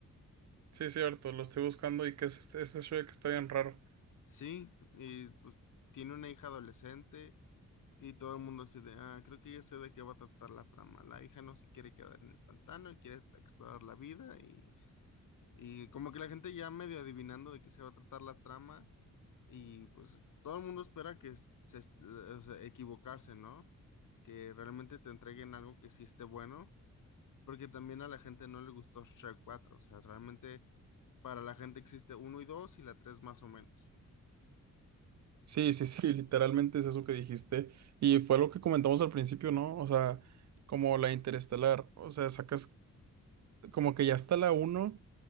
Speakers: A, on the right; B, on the left.
A: Sí, cierto, lo estoy buscando y que es este, ese Shrek está bien raro.
B: Sí, y pues tiene una hija adolescente y todo el mundo así de, ah, creo que ya sé de qué va a tratar la trama. La hija no se quiere quedar en el pantano, y quiere hasta explorar la vida y, y como que la gente ya medio adivinando de qué se va a tratar la trama Y pues todo el mundo espera que es- se, est- o sea, equivocarse, ¿no? Que realmente te entreguen algo que sí esté bueno, porque también a la gente no le gustó Shrek cuatro o sea, realmente para la gente existe uno y 2 y la tres más o menos.
A: Sí, sí, sí, literalmente es eso que dijiste. Y fue lo que comentamos al principio, ¿no? O sea, como la Interestelar, o sea, sacas como que ya está la uno